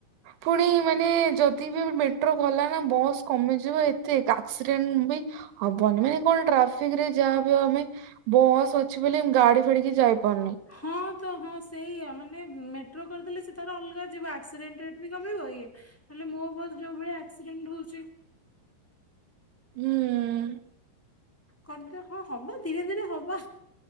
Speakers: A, on the right; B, in the centre.
A: ପୁଣି ମାନେ ଯଦି ବି ମେଟ୍ରୋ ଗଲା ନା ବସ୍ କମିଯିବ ଏତେ କା। ଆକ୍ସିଡେଣ୍ଟ ବି ହବନି ମାନେ କଣ ଟ୍ରାଫିକ ରେ ଯାହାବି ହବ ଆମେ। ବସ୍ ଅଛି ବୋଲି ଗାଡି ଫାଡି ଯାଇପାରୁନି।
B: ହଁ ତ ହଁ ସେଇଆ ମାନେ ମେଟ୍ରୋ କରିଦେଲେ ସେ ତାର ଅଲଗା ଯିବ ଆକ୍ସିଡେଣ୍ଟ ରେଟ ବି କମିବ ଇଏ। ହେଲେ ମୋ ବସ ଯୋଉ ଭଳିଆ ଆକ୍ସିଡେଣ୍ଟ ହଉଛି।
A: ହୁଁ।
B: କଣ ହଁ ହବ ଧୀରେ ଧୀରେ ହବ।